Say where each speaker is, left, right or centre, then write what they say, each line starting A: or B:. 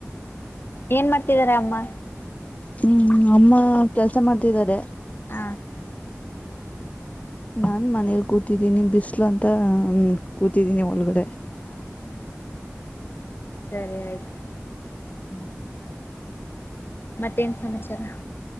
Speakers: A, on the left; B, on the left.
A: ಏನ್ ಮಾಡ್ತಿದಾರೆ ಅಮ್ಮ
B: ಹ್ಮ್ ಅಮ್ಮ ಕೆಲ್ಸ ಮಾಡ್ತಿದ್ದಾರೆ
A: ಹ
B: ನಾನ್
A: ಹ
B: ಮನೇಲಿ ಕೂತಿದಿನಿ ಬಿ ಬಿಸಲು ಅಂತ ಕೂತಿದ್ದೀನಿ ಒಳಗಡೆ
A: ಹ ಸರಿ ಆಯ್ತು
B: ಹ್ಮ್
A: ಮತ್ತೇನ್ ಸಮಾಚಾರ